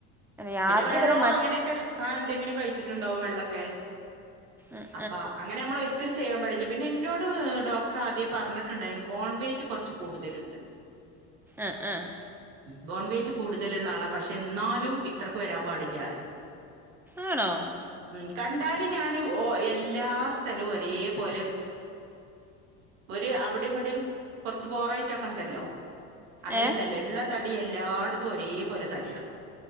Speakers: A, in the centre; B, on the right.
A: രാത്രി
B: പിന്നെ വെള്ളോ
A: വരെ മ
B: അങ്ങനെയൊക്കെ ആ എന്തെങ്കിലും കഴിച്ചിട്ടുണ്ടാവും വെള്ളക്കെ
A: ആഹ്
B: അപ്പ അങ്ങനെ നമ്മളൊരിക്കലും ചെയ്യാൻ പടില്ല പിന്നെ എന്നോട് ഡോക്ടർ ആദ്യ പറഞ്ഞിട്ടുണ്ടായിന് ബോൺ വെയ്റ്റ് കുറച്ച് കു കൂടുതല്ണ്ട്
A: ആഹ് ആഹ്
B: ബോൺ വേറ്റ് കൂടുതലുള്ള ആളാ പക്ഷെ എന്നാലും ഇത്രക്ക് വരാൻ പാടില്ലാറിം
A: ആണോ
B: മ് കണ്ടാല് ഞാന് എല്ലാ സ്ഥലവും ഒരേ പോലെ ഒരു അവിടെ ഇവിടെയും കുറച്ച് ബോറായി <unintelligible> ക്ക ഉണ്ടല്ലോ അങ്ങനെയൊന്നുല്ല
A: ഏ
B: ഉള്ള തടി എല്ലായിടത്തും ഒരേ പോലെ തടിയാ